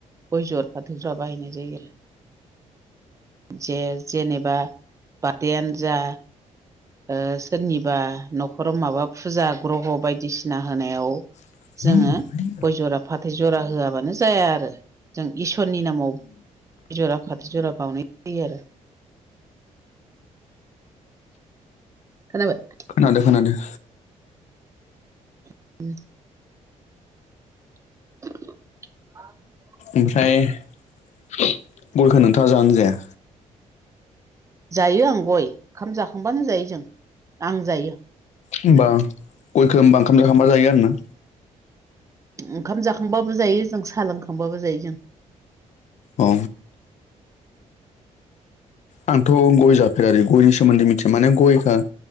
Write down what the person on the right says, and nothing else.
गय जरा फाथैजरा बाहायनाय जायो जे जेनेबा बार्थदेआनो जा ओ सोरनिबा न'खराव माबा फुजा ग्रह' बायदिसिना होनायाव
जोङो गय जरा फाथै जरा होआबानो जाया आरो जों इसोरनि नामाव जरा फाथैजरा बावनाय जायो आरो खोनाबाय
<unintelligible> <unintelligible>
जायो आं गय ओंखाम जाखांबानो जायो जों आं जायो
ओंखाम जाखांबाबो जायो जों साहा लोंखांबाबो जायो जों